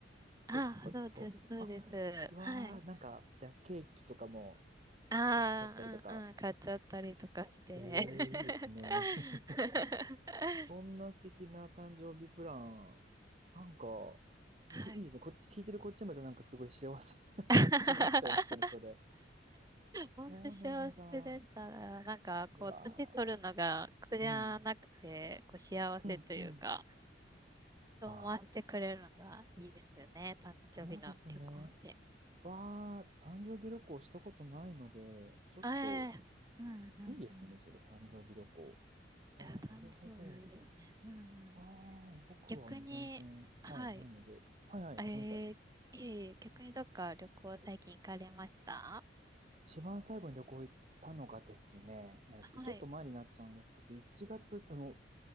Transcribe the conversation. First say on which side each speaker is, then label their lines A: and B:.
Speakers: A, on the right; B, on the right.
A: ああ、
B: とかですかあ、
A: そうです、そうです。
B: うわー、
A: はい。
B: なんか、じゃあケーキとかも
A: ああ、
B: あっちゃったりとか。
A: うんうん、買っちゃったりとかして。
B: ええー、いいですね。
A: <laughs>
B: <laughs> そんな素敵な誕生日プラン、なんか、
A: はい。
B: いいいですね。こっち、聞いてるこっちまでなんかすごい幸せな気持ちになっちゃいますね、
A: <laughs>
B: それ。そうなんだ。
A: 本当幸せでしたら、なんかこう、
B: うわ
A: 年取るのが苦じゃなくて、
B: ーうん。
A: こう幸せというか。
B: うん、うん。
A: 泊まってくれるのがいいですよね。
B: あ、
A: 誕生日の旅行って。
B: そうですね。わあ誕生日旅行したことないので、ちょっと、
A: ええうんうんうん。
B: いいですね、それ、誕生日旅行。ああ、
A: いや誕生日いいですね。
B: なるほど。
A: うんうん。
B: ああ、僕は全然、
A: 逆に、
B: はい、
A: はい。
B: ないので。はいはい、
A: えー、
B: ごめんなさい。
A: ええ逆にどっか旅行最近行かれました
B: 一番最後に旅行行ったのがですね、えっと、
A: はい。
B: ちょっと前になっちゃうんですけど、1月、あの、